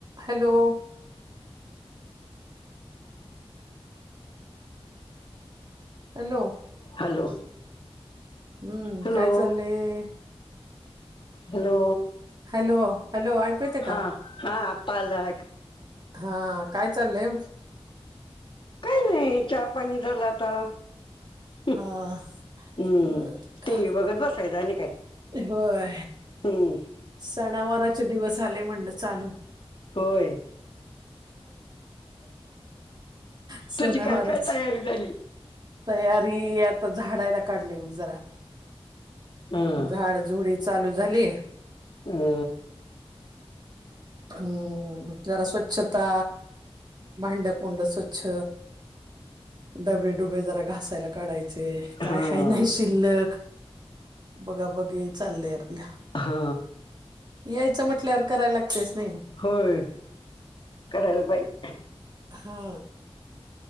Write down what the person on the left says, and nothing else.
Hello
hello
hello
हा
हा आता आलं आहे
काही नाही चहा पाणी झालं आता हम्म
ती बघत बसायचं आणि काय
हम
होय
तुझी काय काय तयारी झाली
ह
हो
हा
हा
होय. करायला पाहिजे.